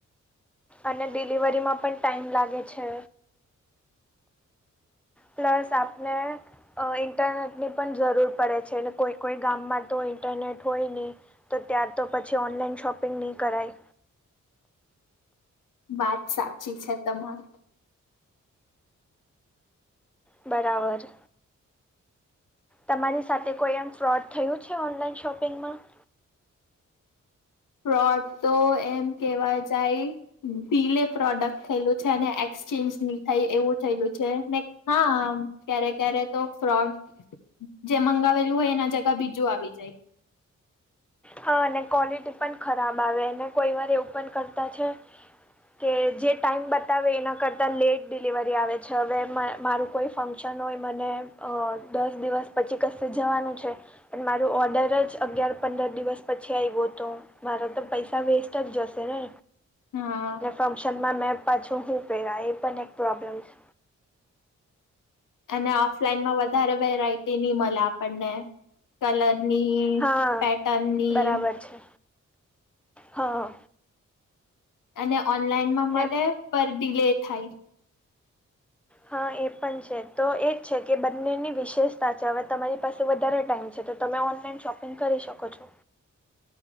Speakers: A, in the centre; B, on the left (about 75°).
A: અને ડિલિવરીમાં પણ ટાઈમ લાગે છે. પ્લાસ આપને અ ઇન્ટરનેટની પણ જરૂર પડે છે, ને કોઈ કોઈ ગામમાં તો ઇન્ટરનેટ હોય નહી. તો ત્યારતો પછી ઓનલાઈન શોપિંગ ની કરાય.
B: બાત સાચી છે તમારી.
A: બરાબર. તમારી સાથે કોઈ એમ ફ્રોડ થયું છે ઓનલાઈન શોપિંગમાં?
B: ફ્રોડ તો એમ કેવા જાય ડીલે પ્રોડક્ટ થયેલું છે, અને એક્સચેન્જ ની થાય એવું થયેલું છે, ને હા, ક્યારે ક્યારે તો ફ્રોડ જે મંગાવેલું હોય એના જગા બીજું આવી જાય.
A: હા અને ક્વોલિટી પણ ખરાબ આવે, અને કોઈ વાર એવું પણ કરતા છે. કે જે ટાઈમ બતાવે એના કરતા લેટ ડિલિવરી આવે છે, હવે મા મારું કોઈ ફન શન હોય, મને અ દસ દિવસ પછી કસે જવાનું છે. અન મારું ઓર્ડરજ અગિયાર, પંદર દિવ સ પછી આવ્યો તો, મારો તો પૈસા વેસ્ટજ જશે ને.
B: હા.
A: ને ફંક્શન માં મેં પાછું હું પહેરા? એ પણ એક પ્રોબ્લેમ છે.
B: અને ઓફલાઈનમાં વધારે વેરાયટી ની મળે આપણને, કલરની
A: હા,
B: પેટર્નની
A: બરાબર છે, હા.
B: અને ઓનલાઈન માં
A: ને
B: મળે, પણ ડીલે થાય.
A: હા, એ પણ છે, તો એ જ છે, કે બંનેની વિશેષતા છે, હવે તમારી પાસે વધારે ટાઈમ છે તો. તમે ઓનલાઈન શોપિંગ કરી શકો છો.